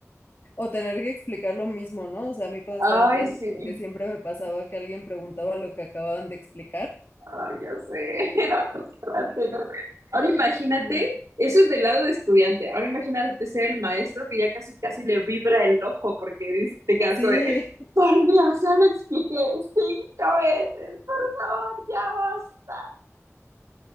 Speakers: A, on the left; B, on the right.
A: O tener que explicar lo mismo, ¿no? O sea, a mí cuando
B: Ay,
A: estaba en clases,
B: sí.
A: como que siempre me pasaba que alguien preguntaba lo que acababan de explicar.
B: Ay, ya sé, <laughs> era frustrante, ¿no? Ahora imagínate,
A: Sí.
B: eso es del lado de estudiante. Ahora imagínate ser el maestro que ya casi casi le vibra el ojo porque dice- te quedas
A: Sí,
B: como de, por Dios, ya lo expliqué cinco veces, por favor, ya basta.